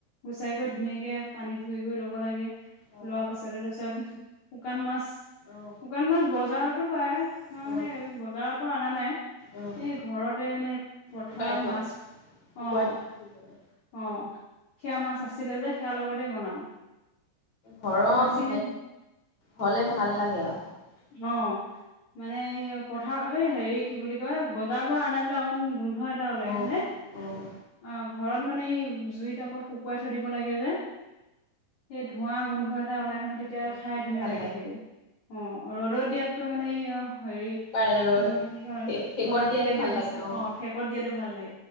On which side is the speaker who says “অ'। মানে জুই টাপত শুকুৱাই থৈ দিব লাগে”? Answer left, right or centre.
Left